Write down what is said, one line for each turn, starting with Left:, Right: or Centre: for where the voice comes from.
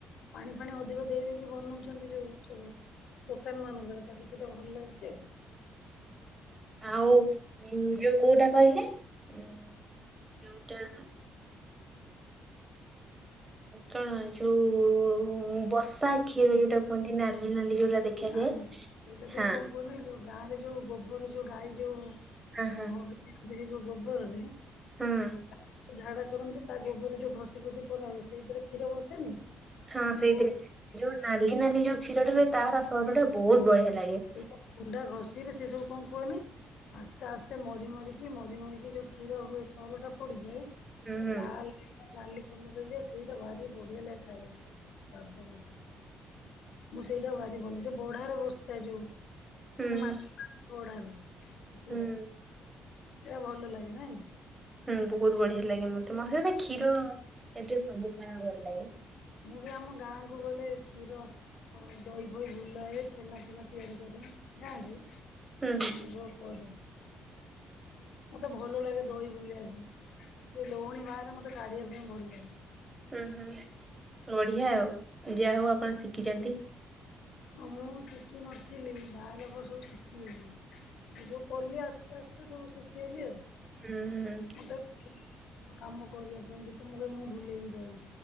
Left: ପାଣି ଫାଣି ଅଧିକ ଦେଇ ଦେଇକି ବନଉଛନ୍ତି ଯୋଉ ସବୁ ଦୋକାନ ମାନଙ୍କରେ। ତାକୁ ସେଇଟା ଭଲ ଲାଗୁଚି ଆଉ।
Right: ଆଉ ଉଁ ଯୋଉ କୋଉଟା କହିଲେ ଉଁ ଯୋଉଟା କଣ ଯୋଉ ବସା ଖିରି ଯୋଉଟା କୁହନ୍ତି ନାଲି ନାଲି ଯୋଉଟା ଦେଖାଯାଏ।
Left: ନାଇଁ ସେଇଟା ଯୋଉ
Right: ହଁ
Left: କ କୁହନହି ଯୋଉ ଗାଁରେ ଯୋଉ ଗୋବର ଯୋଉ ଗାଈ ଯୋଉ
Right: ହଁ ହଁ।
Left: ହଗିନ୍ତି ଯୋଉ ଗୋବରରେ।
Right: ହଁ
Left: ଗାଈ ଝାଡା କରନ୍ତି ତା ଗୋବରରେ ଯୋଉ ଘଷି ଫସି ପରା ହୁଏ ସେଇଥିରେ କ୍ଷୀର ବସେନି?
Right: ହଁ
Left: ମୋ
Right: ସେଇଥିରେ
Left: ବୋଉ
Right: ଯୋଉ ନାଲି ନାଲି ଯୋଉ କ୍ଷୀରଟା ହୁଏ ତାର ସରଟା ବହୁତ ବଢିଆ ଲାଗେ।
Left: ସେ ଗୁଣ୍ଡା ଘଷି ରେ ସେ ସବୁ କଣ କୁହନି। ଆସ୍ତେ ଆସ୍ତେ ମରି ମରିକି ମରି ମରିକି ଯୋଉ କ୍ଷୀର ହୁଏ ସରଟା ପଡିଯାଏ। ପୁରା
Right: ହୁଁ ହୁଁ।
Left: ଲାଲ ନାଲି କଲର ହେଇଥିବ ସେଇଟା ଭାରି ବଢିଆ ଲାଗେ ଖାଇବାକୁ ପାଟିକୁ ସ୍ଵାଦ ବଢିଆ। ମୁଁ ସେଇଟା ଭାରି ଭଲ, ସେ ବଢାରେ ବସ ଟା ଯୋଉ
Right: ହୁଁ।
Left: ମାନେ ମାଟି <unintelligible> କ୍ଷୀର।
Right: ହୁଁ।
Left: ଟା ଭଲ ଲାଗେ ନାଇଁ?
Right: ହୁଁ ବହୁତ ବଢିଆ ଲାଗେ, ମତେ ମତେ ତ କ୍ଷୀର
Left: ମୁଁ
Right: ଜାତୀୟ ସବୁ ଖାଇଆକୁ ଭଲ ଲାଗେ।
Left: ମୁଁ ବି ଆମ ଗାଁକୁ ଗଲେ କ୍ଷୀର ଦହି ଫହି ବୁଲାଏ, ଛେନା ଫେନା ତିଆରି କରେ ଗାଁ ରେ।
Right: ହୁଁ
Left: ମାନେ ଯୋଉ କରେ ମତେ ଭଲ ଲାଗେ ଦହି ବୁଲେଇବାକୁ, ଯୋଉ ଲହୁଣୀ ବାହାରେ ମତେ କାଢିବା ପାଇଁ ଭଲ ଲାଗେ।
Right: ହୁଁ ହୁଁ ବଢିଆ ଆଉ, ଯାହା ହଉ ଆପଣ ଶିଖିଛନ୍ତି।
Left: ମୁଁ ଶିଖିିନଥିଲି ବାହା ହେଲା ପରେ ସବୁ ଶିଖିଗଲି। ମୁଁ ଯୋଉ କଲି ଆସ୍ତେ ଆସ୍ତେ ସବୁ ଶିଖିଗଲି ଆଉ।
Right: ହୁଁ ହୁଁ।
Left: ମତେ କାମ କରିବା ପାଇଁ କେତେ ମୁଁ କହିଲ ମୁଁ ଭୁଲେଇବି ଦହି।